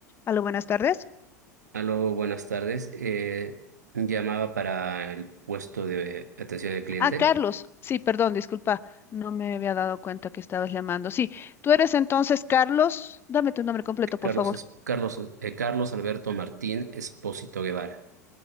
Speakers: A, on the left (about 25°); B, on the right (about 70°).
A: Aló, buenas tardes.
B: Aló, buenas tardes. Eh, llamaba para el puesto de atención al cliente.
A: Ah, Carlos. Sí, perdón, disculpa. No me había dado cuenta que estabas llamando. Sí, tú eres entonces Carlos. Dame tu nombre completo, por
B: Carlos,
A: favor.
B: Es- Carlos, eh, Carlos Alberto Martín Espósito Guevara.